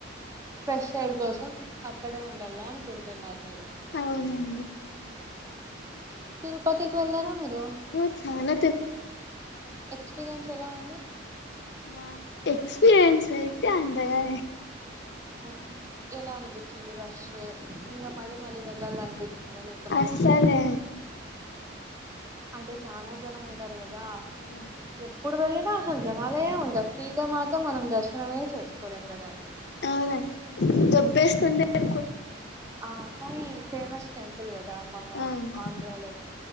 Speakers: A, on the right; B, on the left.
A: ఫ్రెష్ ఎయిర్ కోసం అక్కడే ఉండాల అనుకుంటున్నారు మీరు.
B: అవునండి
A: తిరుపతికి
B: తిరుపతి <unintelligible>
A: వెళ్ళారా మీరు
B: పక్కన
A: ఎక్స్పీరియన్స్ ఎలా ఉంది?
B: మా ఎక్స్పీరియన్స్ అయితే అందగా.
A: ఓ ఎలా అనిపించింది. రష్ ఇంగా మళ్ళీ, మళ్ళీ వెళ్ళాల అనిపించిందా లేకపోతే?
B: అస్సలే
A: అంటే చానా జనం ఉంటారు కదా?
B: అవును
A: ఎప్పుడు వెళ్లిన అసలు జనాలే ఉంటారు. ఫ్రీగా మాత్రం మనం దర్శనమే చేసుకోలేం కదాం.
B: అవున <unintelligible> ద దొబ్బేసుకుంటా అ
A: ఆ కానీ ఫేమస్ టెంపుల్ కదా! మన
B: అవును
A: ఆంధ్రాలో,